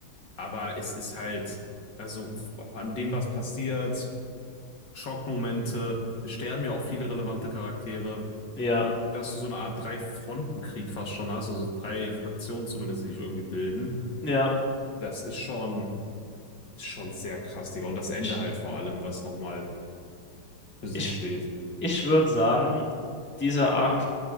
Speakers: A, on the left; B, in the centre.
A: Aber es ist halt, also f- an dem, was passiert, Schockmomente, es sterben ja auch viele relevante Charaktere,
B: ja,
A: dass du so eine Art Drei-Fronten-Krieg fast schon hast, also drei Fraktionen zumindest, die sich irgendwie bilden.
B: ja.
A: Das ist schon. Ist schon sehr krass, Digga. Und das Ende
B: Ich,
A: halt vor allem, was nochmal für sich
B: ich,
A: steht.
B: ich würde sagen, dieser Arc